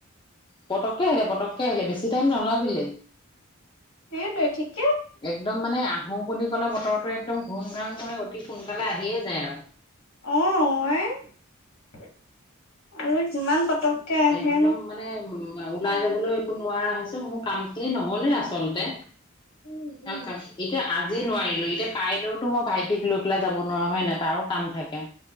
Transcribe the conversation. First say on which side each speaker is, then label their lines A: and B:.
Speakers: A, on the left; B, on the left.
A: পটককে আহিলে পতককে আহিলে বেছি টাইম নলাগিলে
B: সে তই ঠিক।
A: একদম মানে আহোঁ বুলি ক'লে বতৰটো একদম ঘূণ ঘাণ কৰি অতি সোনকালে আহিয়ে যায় আৰু
B: অ' ই আৰু কিমান পটক কে আহে
A: একদম মানে ওলাই যাবলৈ একো নোৱাৰা হৈছো মোৰ কাম খিনি নহলেই আচলতে।
B: উম উম
A: ক ক এতিয়া আজি নোৱাৰিলো এতিয়া কাইলৈওতো মই ভাইটিক লৈ পেলাই যাব নোৱাৰা হয় নাই তাৰো কাম থাকে।